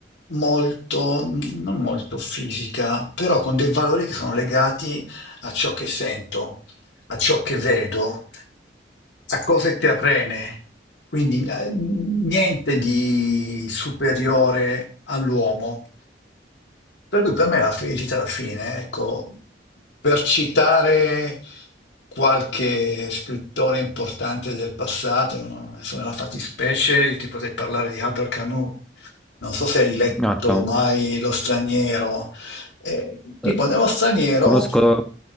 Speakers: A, on the left; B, in the centre.
A: molto, mm, non molto fisica, però con dei valori che sono legati a ciò che sento, a ciò che vedo, a cose terrene. Quindi eh, niente di superiore all'uomo. Per cui per me la felicità alla fine, ecco, per citare qualche scrittore importante del passato, non- adesso nella fattispecie io ti potrei parlare di Albert Camus, non so se hai letto
B: Ah, cavolo.
A: mai Lo straniero. Eh, tipo,
B: Eh,
A: nello straniero
B: conosco,